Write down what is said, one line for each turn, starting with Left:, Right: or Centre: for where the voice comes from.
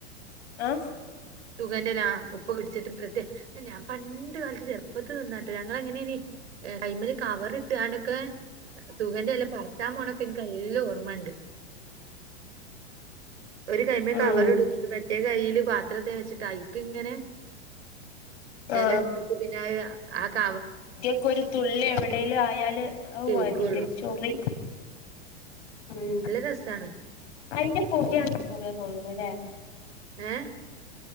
Left: ആഹ്
Right: തുകെന്റെ ഒരാ ഉപ്പ് പിടിച്ച്ട്ട് പ്രത്യേ ഞാൻ പണ്ട് കാലത്ത് ചെറുപ്പത്തി തിന്നാട്ടോ ഞങ്ങള് എങ്ങനെ നി ആഹ് അയ്മേല് കവർ ഇട്ടാണ്ടക്ക് തുഹന്റെ എലാ പറിച്ചാ പോണാക്കെ എനിക്ക് നല്ലാം ഓർമ്മണ്ട് ഒരു കൈമേ
Left: ഉം
Right: കവറും <unintelligible> മറ്റേ കയ്യില് പാത്രത്തെ വെച്ചിട്ട് ഐക്ക് ഇങ്ങനെ
Left: ആ
Right: എലാ എട്ത്തിട്ട് പിന്നെ ആഹ് ആ ക
Left: ക്ക് ഒര് തുള്ളി എവടെലും ആയാല് ഔ ആഹ്
Right: കെയ്കൊള്ളു
Left: അയിന്റെ ഒര് ചോറി ഉം
Right: നല്ല രസാണ്
Left: അയിന്റെ പെകയാണ് ചോറിയാന്ന് തോന്നത് അല്ലേ
Right: ഏഹ്